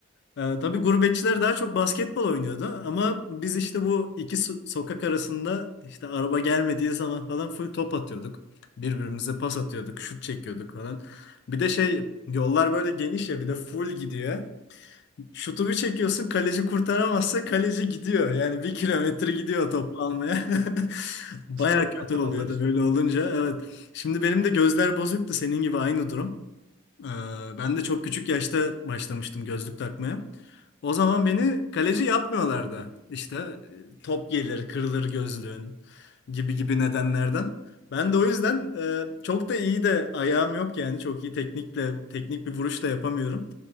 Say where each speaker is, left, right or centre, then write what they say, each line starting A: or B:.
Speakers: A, on the left; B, on the right.
A: Ee, tabii gurbetçiler daha çok basketbol oynuyordu ama biz işte bu iki so- sokak arasında işte araba gelmediği zaman falan full top atıyorduk. Birbirimize pas atıyorduk, şut çekiyorduk falan. Bir de şey yollar böyle geniş ya bir de full gidiyor. Şutu bir çekiyorsun kaleci kurtaramazsa kaleci gidiyor. Yani bir kilometre gidiyor topu almaya. <laughs> Baya
B: <laughs> Şey
A: kötü
B: Atanalar
A: oluyordu öyle olunca evet. Şimdi benim de gözler bozuktu senin gibi aynı durum. Ee, Ben de çok küçük yaşta başlamıştım gözlük takmaya. O zaman beni kaleci yapmıyorlardı. İşte e, top gelir, kırılır gözlüğün gibi gibi nedenlerden. Ben de o yüzden e, çok da iyi de ayağım yok yani. Çok iyi teknikle, teknik bir vuruş da yapamıyorum.